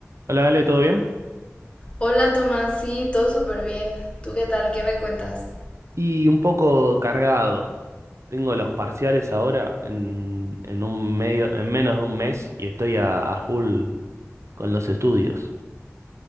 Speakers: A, on the right; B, on the left.
A: Hola, Ale, ¿todo bien?
B: Hola Tomás, sí, todo súper bien. ¿Tú qué tal? ¿Qué me cuentas?
A: Y un poco cargado. Tengo los parciales ahora en, en un medio, en menos de un mes y estoy a, a full con los estudios.